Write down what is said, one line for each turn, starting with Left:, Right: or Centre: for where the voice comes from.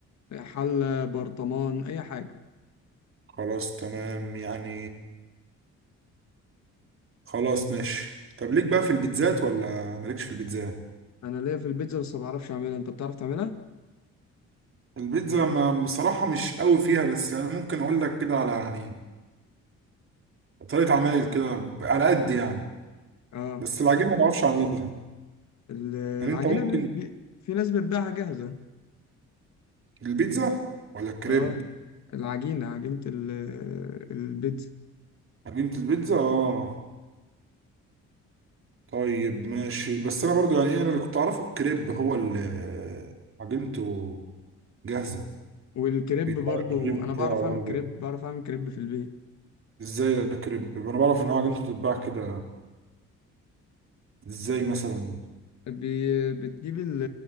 Left: حلة برطمان أي حاجة
Right: خلاص تمام يعني خلاص ماشي طب ليك بقى في البيتزات ولا مالكش في البيتزا
Left: أنا ليا في البيتزا بس ما بعرفش أعملها أنت بتعرف تعملها؟
Right: البيتزا ما بصراحه مش قوي فيها بس يعني ممكن اقول لك كده على يعني طريقه عمل كده على قد يعني
Left: أه
Right: بس العجينه ما اعرفش اعملها
Left: ال-
Right: يعني
Left: العجينة
Right: انت ممكن
Left: بي... بي... في ناس بتبيعها جاهزة
Right: البيتزا ولا الكريب
Left: أه العجينة عجينة ال... البيتزا
Right: عجينه البيتزا اه طيب ماشي بس انا برضو يعني ايه انا اللي كنت اعرفه الكريب هو اللي عجينته جاهزه
Left: والكريب
Right: بيتباع
Left: برضو
Right: الكريب
Left: أنا
Right: بتاعه
Left: بعرف أعمل
Right: اه
Left: كريب
Right: ده
Left: بعرف أعمل كريب في البيت
Right: ازاي الكريب انا بعرف ان هو عجينته بتتباع كده ازاي مثلا
Left: بي- بتجيب ال-